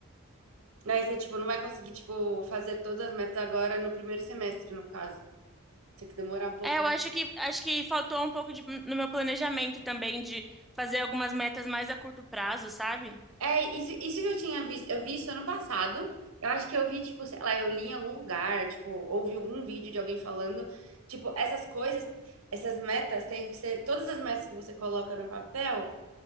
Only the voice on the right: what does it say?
Aí você, tipo, não vai conseguir, tipo, fazer todas as metas agora no primeiro semestre, no caso. Tem que demorar um pouco.
né?
É, isso, isso que eu tinha visto. Eu vi isso ano passado. Eu acho que eu vi, tipo, sei lá, eu li em algum lugar, tipo, ouvi algum vídeo de alguém falando. Tipo, essas coisas, essas metas têm que ser. Todas as metas que você coloca no papel.